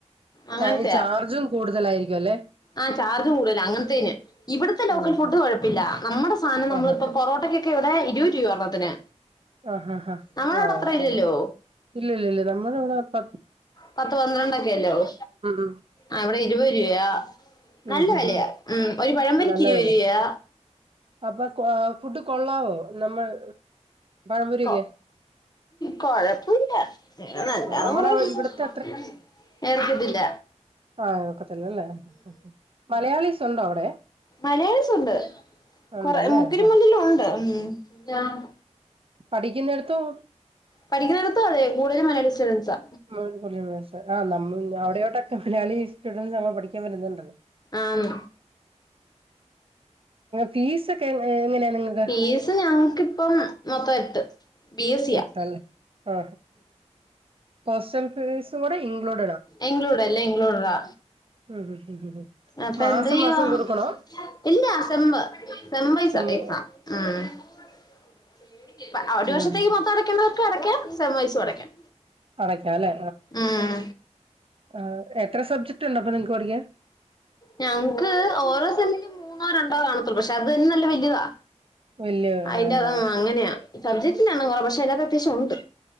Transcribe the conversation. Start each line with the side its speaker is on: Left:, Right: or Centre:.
Left: അങ്ങനത്തെയാ
Right: അയി ചാർജും കൂടുതലായിരിക്കും അല്ലേ
Left: ആഹ് ചാർജ് കൂട്തല അങ്ങനത്തേന് ഇവിടുത്തെ ലോക്കൽ
Right: ഉം
Left: ഫുഡ്
Right: ഉം.
Left: കുഴപ്പില്ല നമ്മടെ സാനം നമ്മളിപ്പം
Right: ആഹാ
Left: പൊറോട്ടയ്ക്കൊക്കെ ഇവിടെ ഇരുപത് രൂപ ഒരെണ്ണത്തിന്
Right: ആഹാഹാ
Left: നമ്മളവിടെ
Right: ആഹ്
Left: അത്ര ഇല്ലല്ലോ
Right: <unintelligible> ഇല്ല ഇല്ല ഇല്ല നമ്മളെ ഇവിടെ പ
Left: പത്ത് പന്ത്രണ്ടൊക്കെയല്ലേയാവു
Right: ഉം
Left: ആഹ് ഇവിടെ ഇരുപത് രൂപയാ നല്ല
Right: ഉം ഉം ഉം
Left: വെലയാ
Right: ഉം
Left: ഉം ഒരു പഴമ്പൊരിക്ക്
Right: ആ, നല്ല
Left: ഇരുപത്
Right: വില
Left: രൂപയാ
Right: അപ്പൊ കോ ഫുഡ് കൊള്ളാവോ? നമ്മൾ പഴമ്പൊരിയൊക്കെ?
Left: കൊ കൊഴപ്പുല്ല പിന്നെ നല്ലാന്ന്
Right: നമ്മള
Left: പറയാം
Right: ഇവിടത്തെ
Left: ഉം എനിക് തില്ല
Right: ആഹ് ഒക്കത്തില്ലല്ലേ ഓകെ മലയാളിസ് ഉണ്ടോ അവിടെ?
Left: മലയാളിസുണ്ട്.
Right: ഉണ്ടല്ലേ
Left: കൊറെ മുക്കിലും
Right: ആ
Left: മൂലിലും ഉണ്ട് ഉും യാഹ്
Right: പഠിക്കുന്നട്ത്തും
Left: പഠിക്കുന്നട്ത്തും അതെ മലയാളി സ്റ്റുഡൻസ്സാ
Right: മം മലയാളിസ് ആഹ് നന്മള് അവിടെയോട്ടൊക്കെ മലയാളി സ്റ്റുഡന്റ്സ് നമ്മൾ പഠിക്കാൻ വുന്നണ്ടല്ലോ?
Left: ആണ്
Right: ഫിസ് ഒക്കെ എങ്ങിനെ എങ്ങനെയാ നിങ്ങൾക്?
Left: പീസ് ഞങ്ങൾക്ക് ഇപ്പൊ മൊത്തം യെട്ട് ബിഎസ്സിയാ
Right: എട്ടല്ലേ ആ ഹോസ്റ്റൽ ഫീസ്കൂടെ ഇൻക്ലൂഡ്
Left: ഇൻക്ലൂഡ് അല്ലേ ഇൻക്ലൂഡ്ആ
Right: ഉം ഉം ഉം
Left: അപ്പൊ
Right: മാസം
Left: എന്ത് ചെയ്യുവാ?
Right: മാസം കൊടുക്കണോ
Left: ഇല്ല സമ്മ് <unintelligible>
Right: സെമ്മ്
Left: ഒരു
Right: ഉം
Left: വർഷത്തേക്ക് മൊത്തം നടക്കേണ്ടവർക്ക് അടക്കാം സബ് ബേസ് അടയ്ക്കാം
Right: അടക്കല്ലേ?
Left: ഉം
Right: ആഹ് എത്ര സബ്ജറ്റ് ഉണ്ട് അപ്പൊ നിങ്ങക്ക് പഠിക്കാൻ?
Left: ഞക്ക് ഓരോ സമ്മിലും മൂന്നോ രണ്ടോ കാണത്തുള്ളൂ പക്ഷെ അത് തന്നെ നല്ല വല്ല്യതാ
Right: വല്യ ഇതാല്ലേ
Left: അതിന്റെ അത് അങ്ങനെയാ സബ്ജക്ട് ആണ് കുറവ് പക്ഷെ അതിനകത്ത് അത്യാവശ്യം ഉണ്ട്